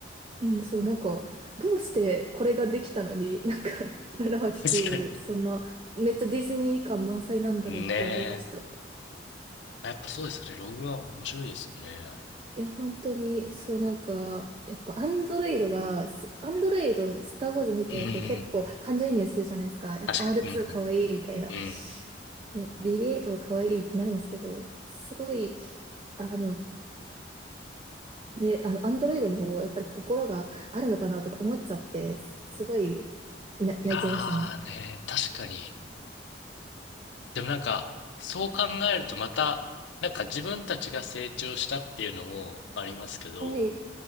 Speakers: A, on the right; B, on the left.
A: うん、そう、なんか、どうしてこれができたのに、<laughs> なんか、789、
B: 確かに。
A: そんな、めっちゃディズニー感満載なんだろうって思いました。
B: ねえ。あやっぱそうですよね。ローグワン面白いですよね、あれ。
A: いや、本当に、そう、なんか、やっぱ、アンドロイドが、すアンドロイド、スター・ウォーズ見てると結構感情移入するじゃないですか。
B: うんうん。
A: やっぱ
B: 確かに。
A: R2
B: うんう
A: かわいいみたいな。
B: ん。う
A: ね、BB8 もかわいいになるんですけど、すごい、あの、で、あの、アンドロイドにもやっぱり心があるのかなとか思っちゃって、すごい、な、泣いちゃいましたね。
B: ん。ああね、確かに。でもなんか、そう考えるとまた、なんか自分たちが成長したっていうのもありますけど、
A: はい。